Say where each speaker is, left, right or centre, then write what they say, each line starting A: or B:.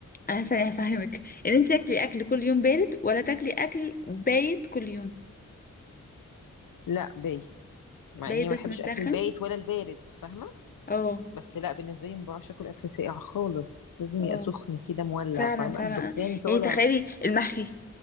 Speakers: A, on the left; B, on the left.
A: آه، ثانية هفهمك ان انتي تاكلي أكل كل يوم بارد ولا تاكلي أكل بايت كل يوم
B: لا بايت مع
A: بايت
B: اني ما
A: بس
B: بحبش
A: متسخن
B: اكل البايت ولا البارد فاهمه
A: اه
B: بس لا بالنسبه لي ما بعرفش اكل اكل ساقع خالص لازم
A: اه
B: يبقى سخن كده مولع
A: فعلا
B: فاهمه
A: فعلا
B: الدخان
A: آه.
B: طالع
A: يعني تخيلي المحشي